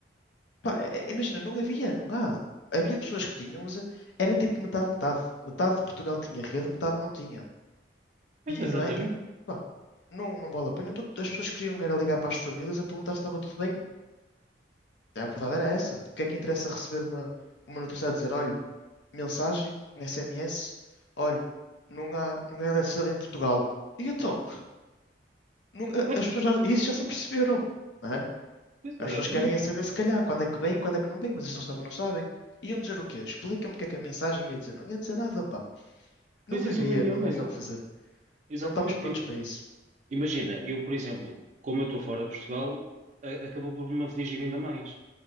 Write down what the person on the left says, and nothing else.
Pá, é- é- imagina, não havia, não há. Havia pessoas que tinham, mas eh, era tipo metade, metade. Metade de Portugal tinha rede, metade não tinha.
E
não é? E o- pá, não, não vale a pena. Todo- As pessoas queriam era ligar para as famílias a perguntar se estava tudo bem. A verdade era essa. Porque é que interessa receber uma, uma notícia a dizer, olha, mensagem, um SMS, olha, não há, não há eletricidade em Portugal. E então, não- a-
as pessoas já, isso já se aperceberam, não é?
As
pessoas querem é saber, se calhar, quando é que vem, quando é que não vem, mas isso eles também não sabem. Iam dizer o quê? Explica-me o que é que a mensagem ia dizer. Não ia dizer nada, pá. Não
havia,
não havia
o que fazer.
Não estamos prontos para isso.